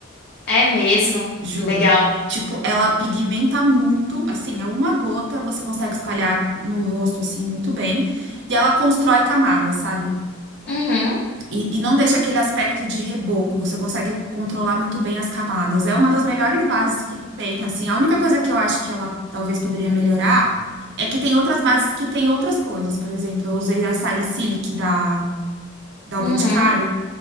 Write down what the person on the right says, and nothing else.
juro.
Tipo, ela pigmenta muito, assim, é uma gota, você consegue espalhar no rosto assim muito bem, e ela constrói camada, sabe?
E, e não deixa aquele aspecto de reboco, você consegue controlar muito bem as camadas. É uma das melhores bases que tem, assim. A única coisa que eu acho que ela talvez poderia melhorar é que tem outras bases que tem outras coisas. Por exemplo, eu usei a Salicylic da, da
O Boticário.